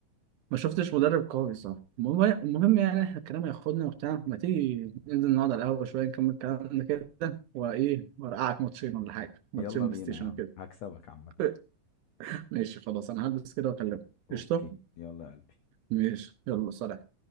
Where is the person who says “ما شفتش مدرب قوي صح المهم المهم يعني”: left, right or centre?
Right